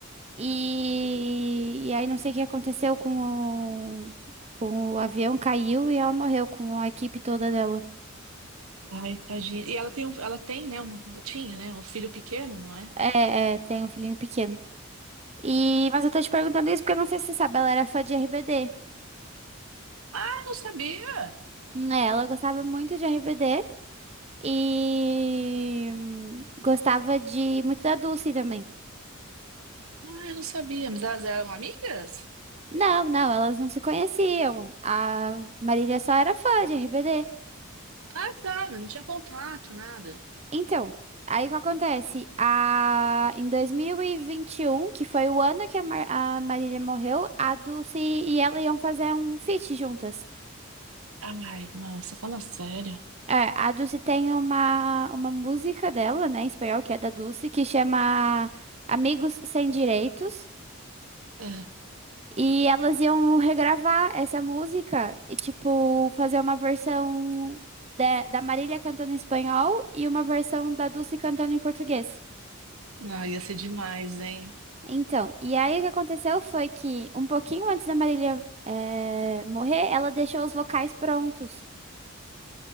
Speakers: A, on the right; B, on the right.
A: E, e aí não sei o que aconteceu com o, com o avião, caiu e ela morreu com a equipe toda dela.
B: Ai, tadinha. E ela tem, um, ela tem, né, uma, tinha, né, um filho pequeno, não é?
A: É, é, tem um filhinho pequeno. E, mas eu tô te perguntando isso porque eu não sei se você sabe, ela era fã de RBD.
B: Ah, não sabia.
A: É, ela gostava muito de RBD e hum, gostava de muito da Dulce também.
B: Ah, eu não sabia, mas elas eram amigas?
A: Não, não, elas não se conheciam. A Marília só era fã de RBD.
B: Ah, tá, não tinha contato, nada.
A: Então, aí o que acontece? A, em 2021, que foi o ano que a, Mar- a Marília morreu, a Dulce e ela iam fazer um feat juntas.
B: Ai, nossa, fala sério.
A: É, a Dulce tem uma, uma música dela, né, em espanhol, que é da Dulce, que chama Amigos Sem Direitos.
B: Ah,
A: E elas iam regravar essa música e, tipo, fazer uma versão da da Marília cantando em espanhol e uma versão da Dulce cantando em português.
B: não, ia ser demais, hein?
A: Então, e aí o que aconteceu foi que, um pouquinho antes da Marília, eh, morrer, ela deixou os vocais prontos.